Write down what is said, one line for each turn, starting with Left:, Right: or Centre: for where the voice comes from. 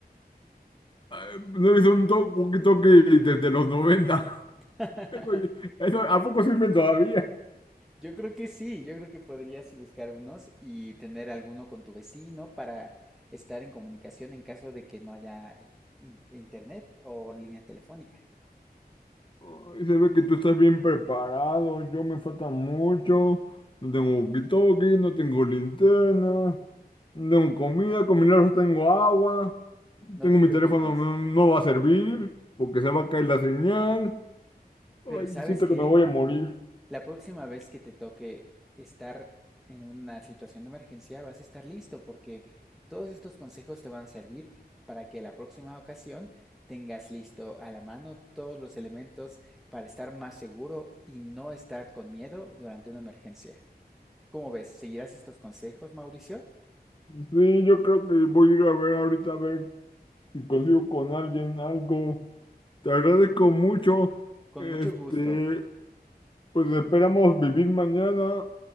Left: Ay, no es un toque desde los 90.
Centre: <laughs>
Left: <laughs> Eso, eso, ¿a poco sirven todavía?
Centre: Yo creo que sí, yo creo que podrías buscar unos y tener alguno con tu vecino para estar en comunicación en caso de que no haya in- internet o línea telefónica.
Left: Ay, se ve que tú estás bien preparado, yo me falta mucho, no tengo walkie-talkie, no tengo linterna, no tengo comida, con milagros tengo agua, tengo
Centre: No te
Left: mi
Centre: preocupes.
Left: teléfono, no, no va a servir porque se va a caer la señal,
Centre: Pero
Left: ay,
Centre: ¿sabes
Left: siento
Centre: qué?
Left: que me voy a morir.
Centre: La próxima vez que te toque estar en una situación de emergencia, vas a estar listo porque todos estos consejos te van a servir para que la próxima ocasión tengas listo a la mano todos los elementos para estar más seguro y no estar con miedo durante una emergencia. ¿Cómo ves? ¿Seguirás estos consejos, Mauricio?
Left: Sí, yo creo que voy a ir a ver ahorita a ver si consigo con alguien algo. Te agradezco mucho,
Centre: Con
Left: este,
Centre: mucho gusto.
Left: pues esperamos vivir mañana